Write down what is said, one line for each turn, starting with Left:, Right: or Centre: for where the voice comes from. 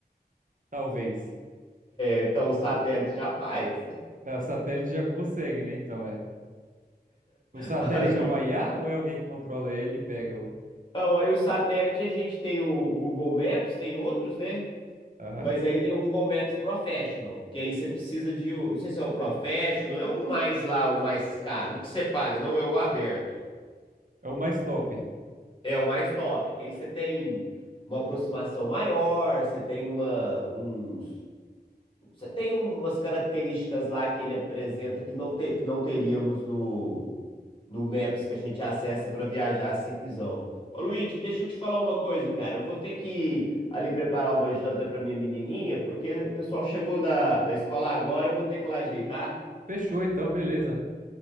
Right: Talvez.
Left: Então, o satélite já faz.
Right: É, o satélite já consegue, né? Então é. O satélite
Left: <laughs>
Right: é
Left: Aí,
Right: uma IA ou é alguém que controla ele e pega o.
Left: não, aí o satélite a gente tem o, o Google Maps, tem outros, né?
Right: Aham.
Left: Mas aí tem o Google Maps Professional, porque aí você precisa de, um- não sei se é o Professional, é um mais lá, um mais caro, um que você paga, não é o aberto.
Right: É o mais top.
Left: É o mais top, que aí você tem uma aproximação maior, você tem uma, uns, você tem umas características lá que ele apresenta que não, te- que não teríamos no no Maps que a gente acessa para viajar simplesão. Ô Luigi, deixa eu te falar uma coisa, cara. Eu vou ter que ali preparar uma janta para minha menininha, porque o pessoal chegou da, da escola agora, eu vou ter que ir lá ajeitar,
Right: Fechou então, beleza.